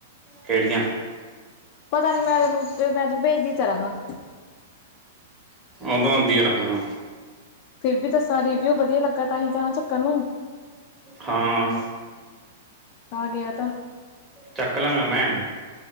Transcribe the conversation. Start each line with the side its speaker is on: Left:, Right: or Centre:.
Right: ਕਿਹੜੀਆਂ?
Left: ਪਤਾ ਨਹੀ ਮੈਂਨੂੰ, ਵੇਂ ਮੈਂ ਤੈਨੂੰ ਭੇਜਦੀ <unintelligible> ਹਾਂ।
Right: ਉਹਦੋਂਦੀ ਰਹਾ।
Left: ਫਿਰ ਵੀ ਦੱਸਾਂ ਰਿਵਿਊ ਵਧੀਆ ਲੱਗਾ ਤਾਂਹੀ ਕਾਂ ਚੱਕਨ ਨੂੰ।
Right: ਹਾਂ।
Left: ਆ ਗਿਆ ਤਾਂ।
Right: ਚੱਕ ਲਵਗਾ ਮੈਂ,